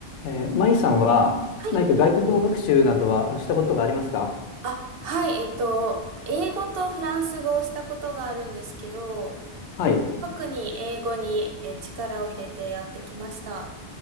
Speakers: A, on the left (about 80°); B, on the right (about 65°).
A: えー、マイさんは何か外国語学習などはしたことがありますか
B: はいあ、はい、えっと、英語とフランス語をしたことがあるんですけど、
A: はい。
B: 特に英語にえ力を入れてやってきました。